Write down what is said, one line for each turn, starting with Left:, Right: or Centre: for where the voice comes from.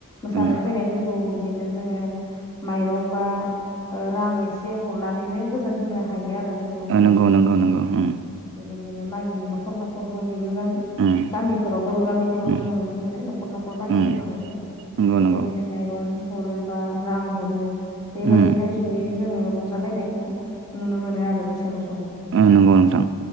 Left: मोसानो
Right: ओं
Left: फैनाय फोरखौ बिदिनो जोङो माइरं बा ओ रां एसे हरनानैनो गोजोन होनो हायो आरो। जोङो हरनायखौ
Right: ओ नंगौ
Left: नुनो
Right: नंगौ
Left: मोनो
Right: नंगौ ओं
Left: बेबायदिनो मागिनि न'खर - न'खर बयनिबो गामि
Right: ओं
Left: गामिफोराव बर' गामिफोराव
Right: ओं
Left: जों नुनो मोनो न'खर - न'खर मागिनो
Right: ओं
Left: थांनायखौ। बेबायदिनो
Right: नंगौ नंगौ
Left: माइरं हरो बा रां हरो बेबायदिहाय
Right: उम
Left: जयै जोङो रंजालायनायखौ नुनो मोनो आरो बैसागु समाव।
Right: औ नंगौ नोंथां।